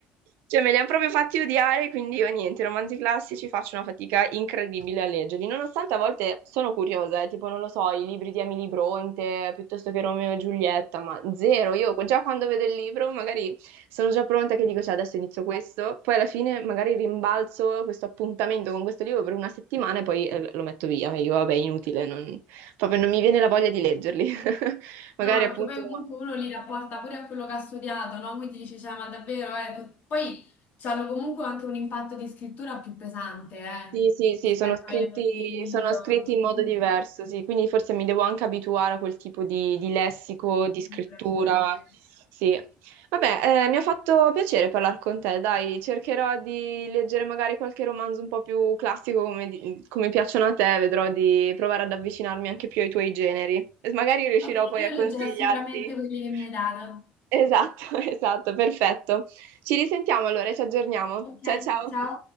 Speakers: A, on the right; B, on the left.
A: Cioè, me li hanno proprio fatti odiare, quindi io niente, i romanzi classici faccio una fatica incredibile a leggerli, nonostante a volte sono curiosa, eh, tipo, non lo so, i libri di Emily Bronte, piuttosto che Romeo e Giulietta, ma zero, io già quando vedo il libro magari sono già pronta che dico, cioè, adesso inizio questo, poi alla fine magari rimbalzo questo appuntamento con questo libro per una settimana e poi eh, lo metto via, e io, vabbè, inutile, non- proprio non mi viene la voglia di leggerli. <laughs> Magari
B: No,
A: appunto
B: perché poi comunque uno li rapporta pure a quello che ha studiato, no? Quindi dice, cioè, ma davvero, ecco. Poi hanno comunque anche un impatto di scrittura più pesante, eh,
A: Sì, sì, sì,
B: rispetto
A: sono scritti,
B: agli autori
A: sono
B: di oggi.
A: scritti in modo diverso, sì, quindi forse mi devo anche abituare a quel tipo di, di lessico, di
B: Sicura-
A: scrittura,
B: Sicuramente.
A: sì. Vabbè, eh, mi ha fatto piacere parlare con te, dai, cercherò di leggere magari qualche romanzo un po' più classico come, di- come piacciono a te, vedrò di provare ad avvicinarmi anche più ai tuoi generi e magari riuscirò
B: Ok,
A: poi
B: io
A: a consigliarti.
B: leggerò sicuramente quelli che mi
A: <laughs>
B: hai dato.
A: Esatto, <laughs> esatto, perfetto. Ci risentiamo allora, e ci aggiorniamo.
B: Ok,
A: Ciao, ciao.
B: ciao.